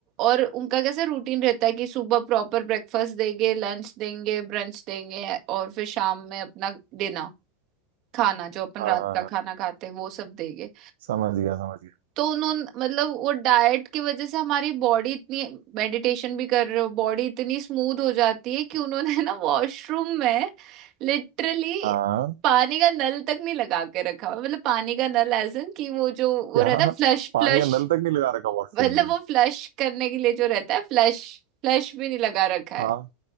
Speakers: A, on the right; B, on the right.
A: और उनका कैसे रूटीन रहता है कि सुबह प्रॉपर ब्रेकफास्ट देंगे लंच देंगे ब्रंच देंगे और फिर शाम में अपना डिनर खाना जो अपन
B: हाँ
A: रात
B: हाँ,
A: का
B: हाँ,
A: खाना खाते हैं वो सब देंगे
B: समझ गया समझ गया
A: तो उन्होंने मतलब वो डाइट की वजह से हमारी बॉडी इतनी मेडिटेशन भी कर रहे हो बॉडी इतनी स्मूथ हो जाती है कि उन्होंने <laughs> ना वॉशरूम में लिटरली
B: हाँ
A: पानी का नल तक नहीं लगा के रखा हुआ मतलब पानी का नल एज इन कि वो जो वो
B: क्या
A: रहता है फ्लश
B: पानी
A: फ्लश
B: का नल तक नहीं लगा रखा वॉशरूम
A: मतलब
B: में
A: वो फ्लश करने के लिए जो रहता है फ्लश फ्लश भी नहीं लगा रखा है
B: हाँ